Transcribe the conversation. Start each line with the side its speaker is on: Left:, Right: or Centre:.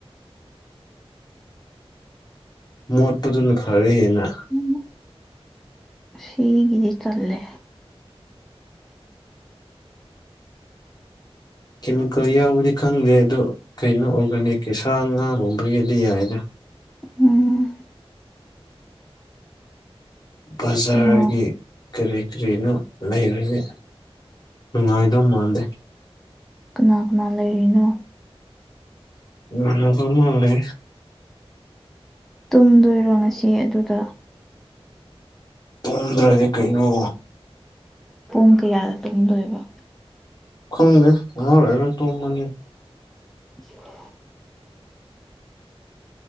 Left: ꯃꯣꯠꯄꯗꯨꯅ ꯐꯔꯍꯦꯅ
Centre: ꯎꯝ ꯁꯤꯒꯗꯤ ꯆꯜꯂꯦ
Left: ꯀꯦꯃꯤꯀꯦꯜ ꯌꯥꯎꯕꯗꯤ ꯈꯪꯗ꯭ꯔꯦ ꯑꯗꯣ ꯀꯩꯅꯣ ꯑꯣꯔꯒꯥꯅꯤꯛꯀꯤ ꯁꯥ ꯉꯥ ꯂꯣꯕꯒꯤꯗꯤ ꯌꯥꯏꯗꯥ
Centre: ꯎꯝ
Left: ꯕꯖꯥꯔꯒꯤ
Centre: ꯀꯅꯥ
Left: ꯀꯔꯤ ꯀꯔꯤꯅꯣ ꯂꯩꯔꯁꯦ ꯅꯨꯡꯉꯥꯏꯗꯧ ꯃꯥꯟꯗꯦ
Centre: ꯀꯅꯥ ꯀꯅꯥ ꯂꯩꯔꯤꯅꯣ
Left: ꯃꯅ ꯀꯔꯦ
Centre: ꯇꯨꯝꯗꯣꯏꯔꯣ ꯉꯁꯤ ꯑꯗꯨꯗ
Left: ꯇꯣꯡꯗ꯭ꯔꯗꯤ ꯀꯩꯅꯣ
Centre: ꯄꯨꯡ ꯀꯌꯥꯗ ꯇꯣꯡꯗꯣꯏꯕ
Left: ꯈꯪꯗꯦ ꯍꯔꯔ ꯇꯣꯡꯃꯅꯤ
Centre: <inaudible>